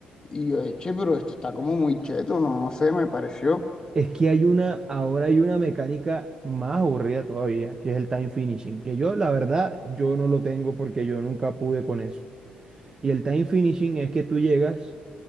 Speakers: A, on the left (about 25°); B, on the right (about 25°).
A: Y yo, eche pero esto está como muy cheto, no, no sé, me pareció.
B: Es que hay una, ahora hay una mecánica más aburrida todavía, que es el time finishing, que yo, la verdad, yo no lo tengo porque yo nunca pude con eso. Y el time finishing es que tú llegas